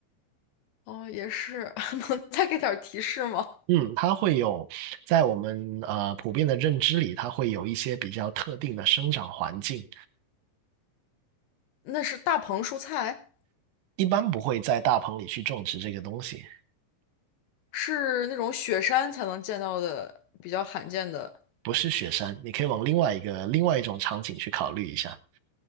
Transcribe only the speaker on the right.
嗯，它会有在我们呃普遍的认知里，它会有一些比较特定的生长环境，
一般不会在大棚里去种植这个东西，
不是雪山，你可以往另外一个另外一种场景去考虑一下，